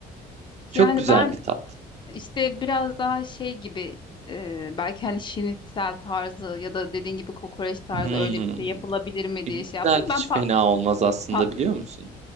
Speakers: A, on the right; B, on the left.
A: Çok
B: Yani
A: güzel
B: ben
A: bir tat.
B: İşte biraz daha şey gibi e, belki hani şinitsel tarzı ya da dediğin gibi kokoreç tarzı
A: Hmm.
B: öyle bir şey yapılabilir mi
A: Pirinçler
B: diye şey yaptım.
A: hiç
B: Ben pa
A: fena olmaz aslında
B: patlı-
A: biliyor musun?